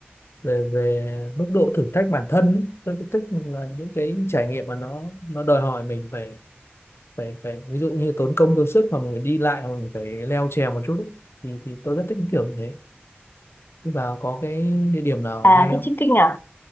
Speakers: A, on the left (about 75°); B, on the left (about 55°).
A: về về mức độ thử thách bản thân ấy. tôi cũng thích là những cái trải nghiệm mà nó nó đòi hỏi mình phải phải phải ví dụ như tốn công tốn sức mà mình phải đi lại mà mình phải leo trèo một chút ấy. thì thì tôi rất thích kiểu như thế Thế bà có cái địa điểm nào
B: à
A: hay
B: thích
A: không?
B: trekking à